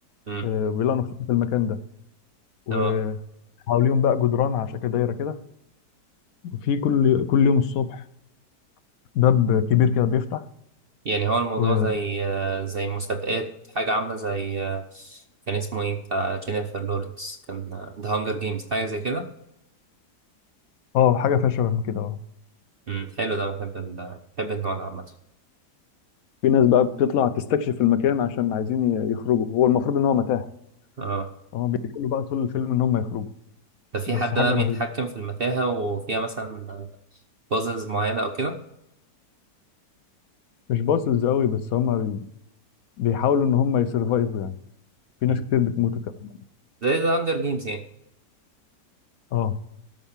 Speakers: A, on the right; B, on the left.
A: أمم
B: آه، بيلاقوا نفسهم في المكان ده وحواليهم
A: آه.
B: بقى جدران على شكل دايره كده وفي كل كل يوم الصبح باب كبير كده بيفتح
A: يعني هو الموضوع
B: و
A: زي آه، زي مسابقات حاجة عاملة زي آه، كان اسمه ايه بتاع جينيفر لورنس كان ذا هانجر جيمز حاجة زي كده
B: اه حاجه فيها شبه من كده اه
A: امم حلو ده بحب ال... بحب النوع ده عامة
B: في ناس بقى بتطلع تستكشف المكان عشان عايزين ي- يخرجوا هو المفروض ان هو متاهه
A: اه
B: هما بيقولوا بقى طول الفيلم ان هم يخرجوا
A: ده في
B: بس
A: حد
B: حاجة
A: بقى
B: رهيبة
A: بيتحكم في المتاهة وفيها مثلا بازلز معينة أو كده
B: مش باصص قوي بس هما بي- بيحاولوا ان هما يسرفايفوا يعني في
A: مم.
B: ناس كتير بتموتوا كمان
A: زي ذا هانجر جيمز يعني
B: اه